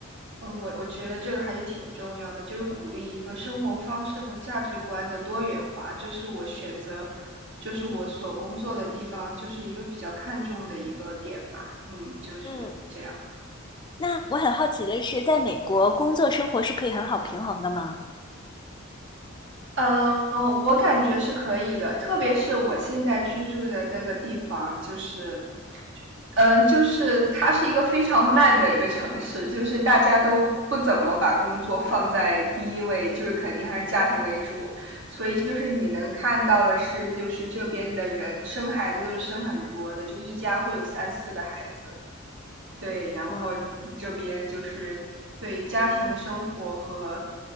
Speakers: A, on the right; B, on the left.
A: 嗯，我我觉得这个还是挺重要的，就是鼓励一个生活方式和价值观的多元化。这是我选择，就是我所工作的地方，就是一个比较看重的一个点吧。嗯，就是这样。
B: <laughs> 嗯，那我很好奇的是，在美国工作生活是可以很好平衡的吗？
A: 呃，我感觉是可以的，特别是我现在居住的这个地方，就是嗯，就是它是一个非常慢的一个城市，就是大家都不怎么把工作放在第一位，就是肯定还是家庭为主。所以就是你能看到的是，就是这边的人生孩子都是生很多的，就一家会有三四个孩子。对，然后这边就是对家庭生活和
B: 哇，